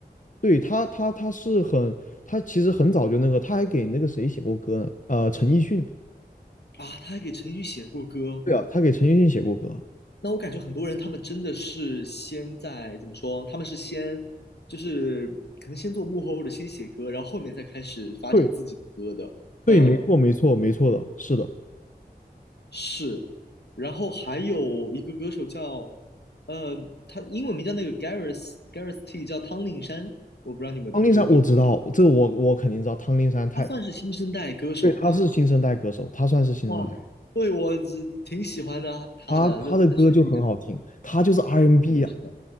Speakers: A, on the left (about 50°); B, on the left (about 80°).
A: 对，他，他他是很，他其实很早就那个，他还给那个谁写过歌呢？呃，陈奕迅。
B: 啊。他还给陈奕迅写过歌
A: 对啊，他给陈奕迅写过歌。
B: 那我感觉很多人他们真的是先在怎么说？他们是先就是可能先做幕后或者先写歌，然后后面再开始发展自己的歌的。
A: 对，对，
B: 嗯，
A: 没错，没错，没错的，是的。
B: 是。然后还有一个歌手叫呃，他英文名叫那个 Gareth Gareth T，叫汤令山，我不知道你有没有听说过他，
A: 汤令山我知道，这个我我肯定知道。汤令山太，
B: 他算是新生代歌手吧。
A: 对，他是新生代歌手，他算是新生代，
B: 哇，对我只挺喜欢的他的，
A: 他他的歌就很好听，
B: 就这旋律真的，
A: 他就是 R&B
B: 是的，
A: n 啊，
B: 是的